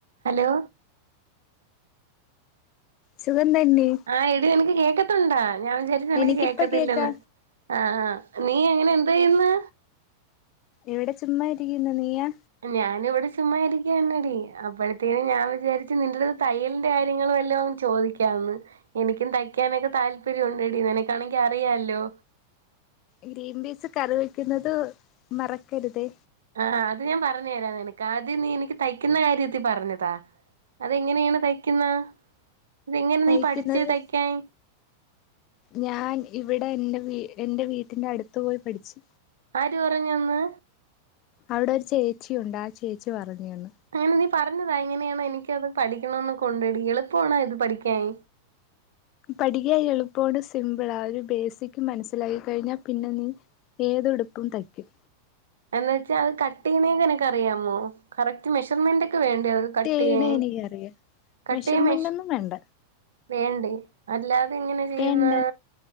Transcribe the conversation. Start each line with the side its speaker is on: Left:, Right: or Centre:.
Right: Hello
Left: സുഖം തന്നെ
Right: ആഹ് എടി നിനക്ക് കേക്കുന്നുണ്ടോ ഞാൻ വിചാരിച്ചു നിനക്ക്
Left: എനിക്കിപ്പ
Right: കേൾക്കത്തില്ലെന്ന്
Left: കേക്കാ
Right: ആഹ് ആഹ് നീ അങ്ങനെ എന്ത് ചെയ്യുന്നു
Left: ഇവിടെ ചുമ്മാ ഇരിക്കുന്നു നീയാ
Right: ഞാനും ഇവിടെ ചുമ്മാ ഇരിക്കാ തന്നെടി അപ്പോഴത്തേനും ഞാൻ വിചാരിച്ചു നിന്റെ അടുത്ത് തയ്യലിന്റെ കാര്യം വല്ലതും ചോദിക്കാന്ന് എനിക്കും തയ്ക്കാനൊക്കെ താല്പര്യം ഉണ്ട് എടീ നിനക്കാണെങ്കിൽ അറിയാല്ലോ
Left: ഗ്രീൻ പീസ് കറി വെക്കുന്നത് മറക്കരുതേ
Right: ആഹ് അത് ഞാൻ പറഞ്ഞു തരാം നിനക്ക് ആദ്യം നീ എനിക്ക് തയ്ക്കുന്ന കാര്യത്തിൽ പറഞ്ഞുതാ അത് എങ്ങനെയാണ് തയ്ക്കുന്ന ഇതെങ്ങനെ
Left: കഴിക്കുന്നത്
Right: നീ പഠിച്ച് തയ്ക്കാൻ
Left: ഞാൻ ഇവിടെ എൻ്റെ വീ എൻ്റെ വീട്ടിന്റെ അടുത്ത് പോയി പഠിച്ചു
Right: ആര് പറഞ്ഞുതന്ന്
Left: അവിടെ ഒരു ചേച്ചി ഉണ്ട് ആ ചേച്ചി പറഞ്ഞു തന്ന്
Right: അങ്ങനെ നീ പറഞ്ഞുതാ എങ്ങനെയണോ എനിക്കത് പഠിക്കണമെന്ന് ഒക്കെ ഉണ്ടടി എളുപ്പമാണോ അത് പഠിക്കാൻ
Left: പഠിക്കാൻ എളുപ്പവാടി സിമ്പിൾ ആഹ് ഒരു ബേസിക് മനസ്സിലായി കഴിഞ്ഞാ പിന്നെ നീ ഏത് ഉടുപ്പും തയ്ക്കും
Right: എന്നു വെച്ചാൽ അത് കട്ട് ചെയ്യുന്ന ഒക്കെ നിനക്ക് അറിയാമോ കറക്റ്റ് മെഷർമെന്റ് ഒക്കെ വേണ്ടേ അത് കട്ട്
Left: ചെയ്യണ
Right: ചെയ്യാൻ
Left: എനിക്കറിയാം
Right: കട്ട്
Left: മെഷർമെന്റ്
Right: ചെയ്യാൻ മെഷ
Left: ഒന്നും വേണ്ട
Right: വേണ്ടേ അല്ലാതെ എങ്ങനെ ചെയ്യുന്ന?
Left: വേണ്ട